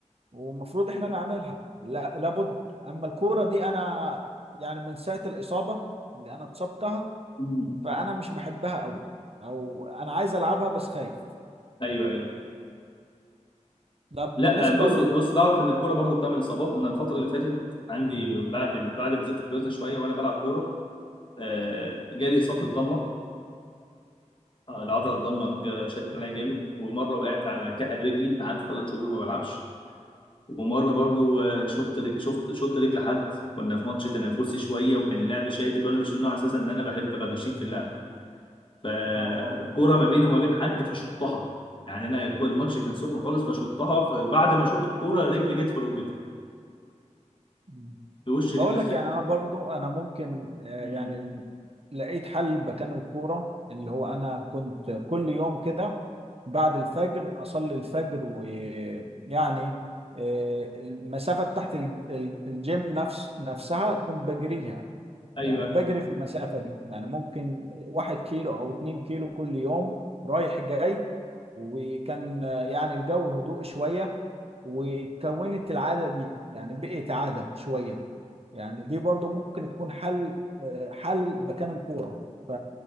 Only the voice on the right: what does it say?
والمفروض احنا نعملها لا لابد اما الكوره دي انا يعني من ساعه الاصابه اللي انا اتصبتها
فانا مش بحبها قوي او انا عايز العبها بس خايف
ده بالنسبه
لل
اه
مم.
بقول
لك
يعني انا برضو انا ممكن آه،
يعني ال- لقيت حل مكان الكوره اللي هو انا كنت كل يوم كده بعد الفجر اصلي الفجر ويعني آه، المسافه بتاعت الج- الج- الجيم نفس نفسها كنت بجريها
يعني
بجري في المسافة دي يعني ممكن واحد كيلو أو اتنين كيلو كل يوم رايح جاي وكان آه، يعني الجو هدوء شوية وتكونت العادة دي يعني بقيت عادة شوية يعني دي برضو ممكن تكون حل آه، حل مكان الكورة ف